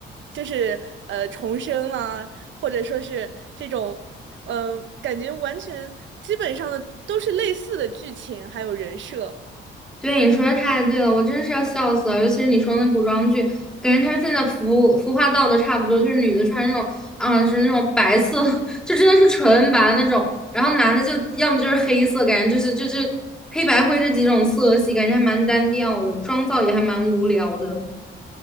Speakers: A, on the right (about 70°); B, in the centre.
A: 就是呃重生啊，或者说是这种，嗯、感觉完全基本上的都是类似的剧情，还有人设。
B: 对，你说的太对了，我真是要笑死了。尤其是你说那古装剧，感觉他们现在服服化道的差不多，就是女的穿那种，啊、是那种白色，<laughs> 就真的是纯白那种，然后男的就要么就是黑色，感觉就是就就黑白灰这几种色系，感觉还蛮单调的，妆造也还蛮无聊的。